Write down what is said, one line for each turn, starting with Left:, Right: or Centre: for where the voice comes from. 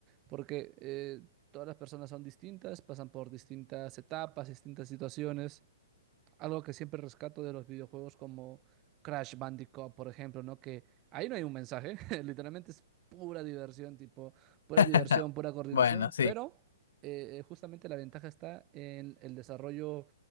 Right: porque eh, todas las personas son distintas, pasan por distintas etapas, distintas situaciones. Algo que siempre rescato de los videojuegos como Crash Bandicoot, por ejemplo, ¿no? Que ahí no hay un mensaje, <laughs> literalmente es pura diversión, tipo, pura
Left: <laughs>
Right: diversión, pura coordinación,
Left: Bueno, sí.
Right: pero eh, justamente la ventaja está en el desarrollo